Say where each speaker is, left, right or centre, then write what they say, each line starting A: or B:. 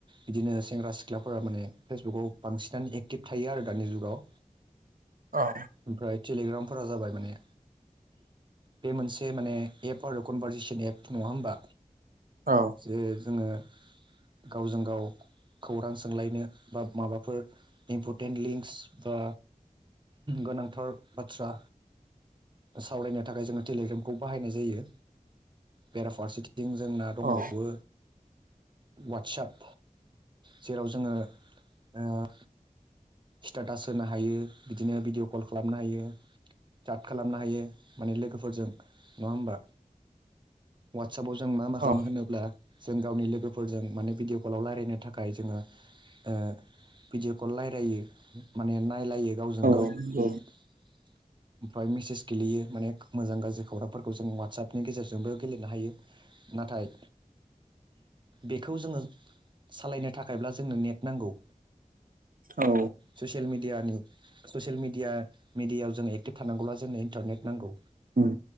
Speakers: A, on the right; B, on the right.
A: बिदिनो सेंग्रा सिख्लाफोरा माने फेसबुकाव बांसिनानो एक्टिभ थायो आरो दानि जुगाव <inaudible>
B: औ
A: ओमफ्राय टेलिग्रामफोरा जाबाय माने बे मोनसे माने एप आरो कनभारजेसन एप नङा होमबा
B: औ
A: जे जोङो गावजों गाव खौरां सोंलायनो बा माबाफोर इम्परटेन्ट लिंक्स बा गोनां थार बाथ्रा सावरायनो थाखाय जोङो टेलिग्रामखौ बाहायनाय जायो बेराफारसेथिथिं जोंना दंबावो
B: औ
A: वाटसाप जेराव जोङो ओ स्टेटास होनो हायो बिदिनो भिडिअ कल खालामनो हायो सांत खालामनो हायो माने लोगोफोरजों नङा होमबा वाटसापाव जों मा मा खालामो
B: औ
A: होनोब्ला जों गावनि लोगोफोरजों माने भिडिअ' कलाव रायजलायनो थाखाय जोङो ओ भिडिअ'खौ रायलायो माने नायलायो गावजों
B: औ
A: गाव ओमफ्राय
B: नंगौ
A: मेसेस गेलेयो माने मोजां गाज्रि खौरांफोरखौ जों वाटसापनि गेजेरजोंबो गेलेनो हायो नाथाय बेखौ जोङो सालायनो थाखायब्ला जोंनो नेट नांगौ
B: औ
A: ससियेल मिडियानि ससियेल मिडिया मिडियायाव जों एक्टिभ थानांगौब्ला जोंनो इन्टारनेट नांगौ
B: उम